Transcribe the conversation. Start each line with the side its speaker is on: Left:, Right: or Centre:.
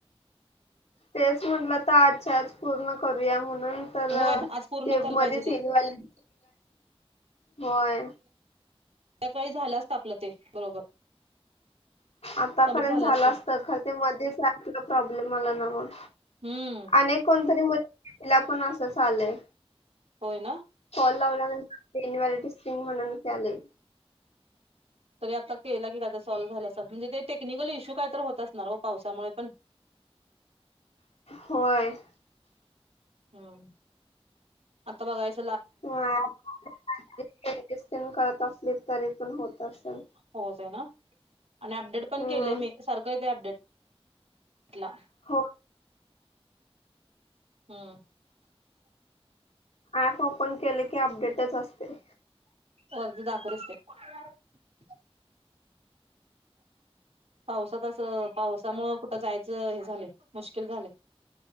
Left: तेच म्हटलं तर आजच्या आज पूर्ण करूया म्हणून नंतर
Right: होय आज पूर्ण
Left: ते
Right: केलं
Left: मध्ये
Right: पाहिजे ते
Left: इन्व्हेलिड <unintelligible> होय
Right: त्या काळी झाला असत आपल ते बरोबर.
Left: आतापर्यंत
Right: कम्प्लीट झालं
Left: झाला
Right: असतं
Left: असत खर ते मध्येच अँप ला प्रॉब्लेम आला न्हवं.
Right: हम्म
Left: आणि एक कोणतरी मुलीला तिला पण असंचं आलंय
Right: होय ना
Left: <unintelligible> इन्वलिड स्क्रीन म्हणून इथं आलंय.
Right: तरी आता तेला की कायदा सॉल्व्ह झालं असल म्हणजे ते टेक्निकल इश्यू काय तर होत असणार हो पावसामुळे पण <inaudible>
Left: होय.
Right: हम्म. आता बघायच
Left: हा <unintelligible> करत असली तरी पण होत असल.
Right: होत आहे ना आणि अपडेट पण
Left: हम्म
Right: केले मी सारखं येत अपडेट ला
Left: हो
Right: हम्म.
Left: ऍप ओपन केले की अपडेटच असतयं
Right: सारखं दाखवत असतयं पावसात असं पावसामुंळ कुठं जायचं हे झालं मुश्किल झालयं